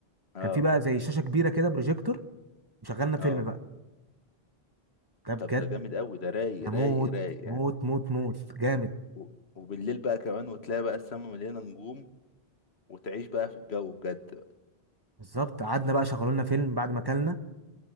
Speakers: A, on the left (about 80°); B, on the right (about 25°).
A: اه
B: كان في بقى زي شاشه كبيره كده بروجيكتور وشغلنا فيلم
A: اه
B: بقى ده
A: طب
B: بجد
A: ده جامد قوي ده رايق
B: هموت
A: رايق رايق يعني
B: موت موت موت جامد
A: و- وبالليل بقى كمان وتلاقي بقى السما مليانه نجوم وتعيش بقى في الجو بجد بقى.
B: بالظبط قعدنا بقى شغلوا لنا فيلم بعد ما اكلنا